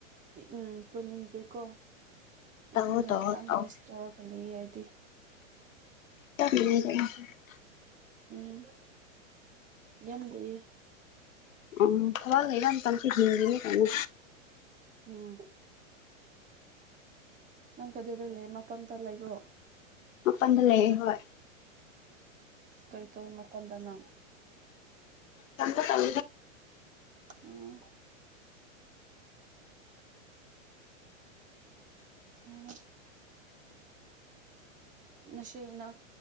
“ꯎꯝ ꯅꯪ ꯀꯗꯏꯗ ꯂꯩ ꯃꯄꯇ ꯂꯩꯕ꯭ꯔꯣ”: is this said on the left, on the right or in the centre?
Right